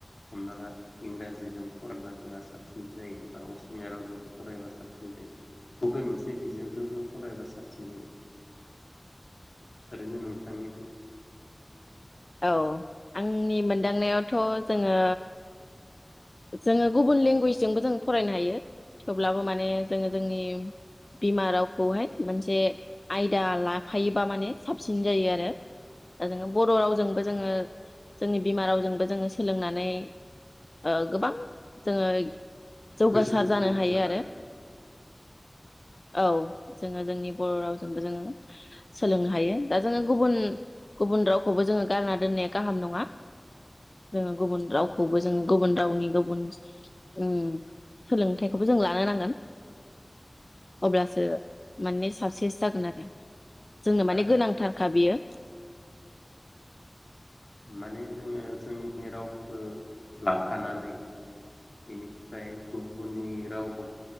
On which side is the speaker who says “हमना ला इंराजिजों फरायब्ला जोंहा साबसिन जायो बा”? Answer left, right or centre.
Left